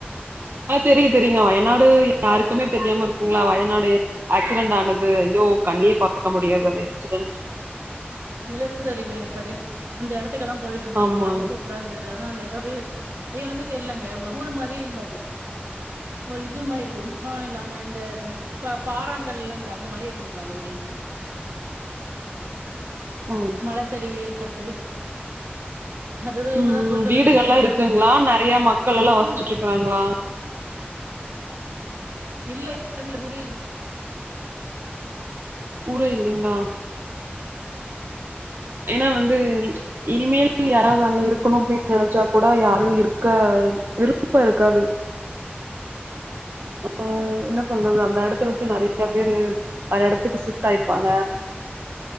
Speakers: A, on the right; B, on the right.
A: ஆஹ் தெரியு தெரியு வயநாடு யாருக்குமே தெரியாம இருக்குங்களா வயநாடு ஆக்சுவல ஆனது ஐயோ கண்ணுலயே பார்க்க முடியாது அந்த இன்சிடென்ட்ஸ்
B: நிலசரிவு ஏற்படி அந்த இடத்துக்கெல்லா போயிட்டு வந்தோ
A: ஆமாங்க.
B: அங்க எல்லா சூப்பரா இருந்தது ஆனா அந்த து அடயாலமே தெரியலங்க ஒரு ஊரு மாரியே இல்ல அது ஒரு இது மாரி இருக்குது ஒன்னு இல்லாம இந்த ப பாராங்கலங்குதே அந்த மாரி <unintelligible> அந்த ஊரே
A: ம்.
B: மல சரிவு ஏற்பட்டு அதுதா இப்பதா
A: உம்
B: புல்டோசர்
A: வீடுகள்ல்லா
B: வச்சு எல்லா
A: இருக்குங்களா நறைய மக்கள் எல்லா
B: ம்ஹும்
A: வசிச்சுட்டு இருக்கிறாங்களா
B: இல்லவ் <unintelligible> ஊரே
A: ஊரே இல்லீங்களா ஏன்னா வந்து இனிமேல் யாராவது அங்க இருக்கணு அப்டின்னு நெனைச்சா கூட யாரு இருக்க க விருப்ப இருக்காது அஹ் என்ன சொல்றது அந்த எடத்துல நெறைய
B: ஆமா
A: பேரு வேற எடத்துக்கு ஷிஃப்ட் ஆயிருப்பாங்க